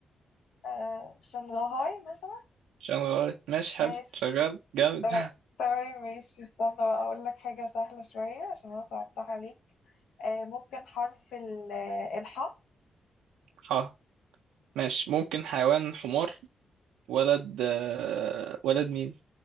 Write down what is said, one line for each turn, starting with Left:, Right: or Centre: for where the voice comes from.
Left: آه شنغهاي مثلا
Right: شنغال ماشي حلو
Left: ماشي
Right: شغال جامد
Left: تمام تمام، ماشي استنى بقى أقول لك حاجة سهلة شوية عشان أنا صعبتها عليك آه ممكن حرف ال- آه، الحاء
Right: <laughs> اه ماشي ممكن حيوان حمار ولد آه ولد مين